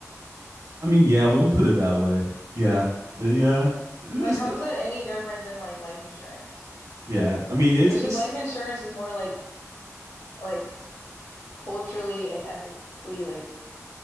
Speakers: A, on the right; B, on the left.
A: I mean, yeah, when you put it that way, yeah, Uh, yeah, it's
B: Like, how
A: the,
B: is that any different than like life insurance?
A: yeah. I mean, it's
B: It's just
A: it's.
B: life insurance is more like like culturally and ethically like